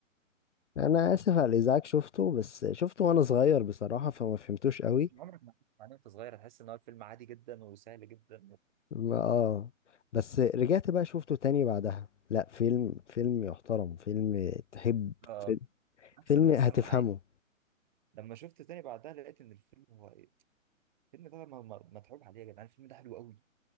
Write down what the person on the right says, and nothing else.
مش عمرك ما هتفهم عليه وأنت صغير هتحس إن هو فيلم عادي جدا وسهل جدا
آه،
نفس
اللي حصل
معايا لما شفت تاني بعدها لقيت إن الفيلم هو إيه الفيلم ده م- م- متعوب عليه يا جدعان الفيلم ده حلو قوي